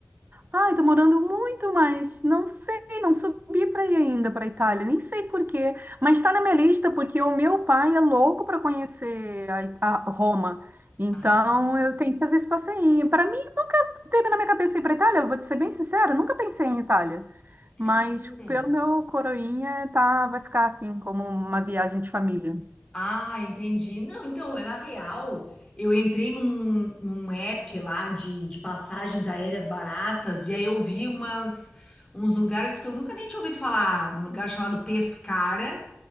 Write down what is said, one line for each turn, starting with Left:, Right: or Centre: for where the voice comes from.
Right: Ai, tô morando muito, mas não sei, não subi para ir ainda para Itália, nem sei por quê, mas está na minha lista porque o meu pai é louco para conhecer a, It- a Roma. Então
Left: Ah,
Right: eu tenho que fazer esse passeio. Para mim nunca teve na minha cabeça ir para Itália, vou te ser bem sincera, nunca pensei em Itália.
Left: Que
Right: Mas
Left: loucura.
Right: pelo meu coroinha tá, vai ficar assim como uma viagem de família.
Left: Ah, entendi. Não, então, é na real. Eu entrei num, num app lá de, de passagens aéreas baratas e aí eu vi umas, uns lugares que eu nunca nem tinha ouvido falar. Um lugar chamado Pescara.